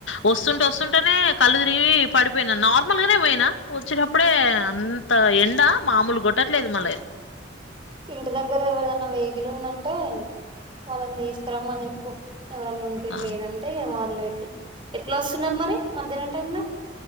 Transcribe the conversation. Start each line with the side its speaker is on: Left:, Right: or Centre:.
Left: వస్తుంటే వస్తుంటేనే కళ్ళు తిరిగి పడిపోయినా నార్మల్గానే పోయినా వచ్చేటప్పుడే అంత ఎండ మామూలు గోట్ట టట్లేదు మళ్ళీ
Right: ఇంటి దగ్గర ఎవరనా వెేహికల్ ఉందంటే వాళ్ళని తీసుకురమ్మని చెప్పు ఎవరన్నా ఉంటే
Left: ఆ,
Right: లేదంటే వాళ్ళు ఎ ఎట్లా వస్తున్నారు మరి మధ్యాహ్నం టైంల